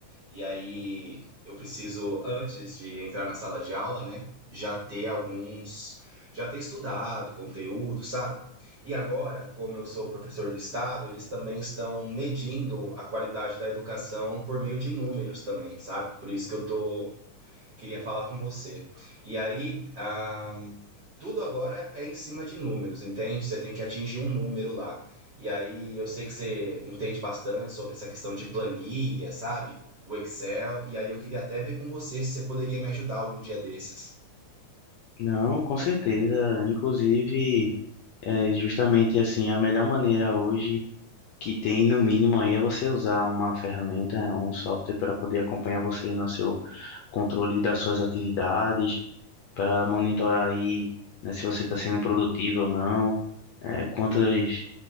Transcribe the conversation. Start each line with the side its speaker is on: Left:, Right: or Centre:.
Right: E aí eu preciso, antes de entrar na sala de aula, né, já ter alguns, já ter estudado conteúdo, sabe? E agora, como eu sou professor do estado, eles também estão medindo a qualidade da educação por meio de números também, sabe? Por isso que eu tô queria falar com você. E aí, ah, tudo agora é em cima de números, entende? Você tem que atingir um número lá. E aí, eu sei que você entende bastante sobre essa questão de planilha, sabe? O Excel. E aí, eu queria até ver com você se você poderia me ajudar algum dia desses.
Left: Não, com certeza. Inclusive, é justamente assim, a melhor maneira hoje que tem, no mínimo, aí é você usar uma ferramenta, um software para poder acompanhar você no seu controle das suas atividades, para monitorar aí, né, se você está sendo produtivo ou não, eh, quantas